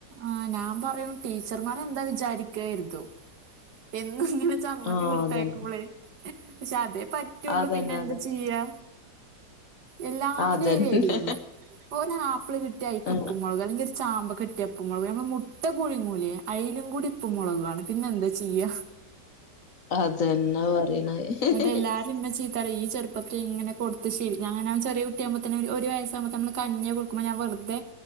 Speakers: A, on the right; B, on the left.
A: ആ ഞാൻ പറയും ടീച്ചർമാരെന്താ വിചാരി ഇക്കാര്ത്തും എന്നുംങ്ങനെ ചമ്മന്തി
B: ആഹ്
A: കൊടുത്തയക്കുമ്പള്
B: അതന്നെ
A: പഷേ പറ്റുള്ളൂ
B: അതന്നെ
A: പിന്നെ എന്താ ചെയ്യാ എല്ലാത്തിലും
B: അതന്നെ
A: എരിയള്ളൂ ഓരോ ആപ്പിള് കിട്ട്യാ അയ്ൽക്ക്‌
B: അതന്നെ
A: ഉപ്പും മുളക് അല്ലെങ്ക ചാമ്പ കിട്ടിയ പ്പും മുളക് നമ്മൾ മുട്ട പൊഴുങ്ങൂലേ അയ്ലും കൂടി ഉപ്പും മുളകുവാണ് പിന്നെ എന്ത ചെയ്യ
B: അതെന്നാ പറീണെ ഹി
A: ന്നിട്ട്
B: ഹി
A: എല്ലാരും ഇന്നെ ഈ ചെറുപ്പത്തിങ്ങനെ കൊടുത്ത് ശീലി ഞാനാണേ ചെറിയട്ടിയകുമ്പോത്തന്നെ ഒരു വയസക്പതന്നെ ഒര് വയസാകുമ്പോ തന്നെ കഞ്ഞി കൊടുക്കുംമ്പോ വെറുതെ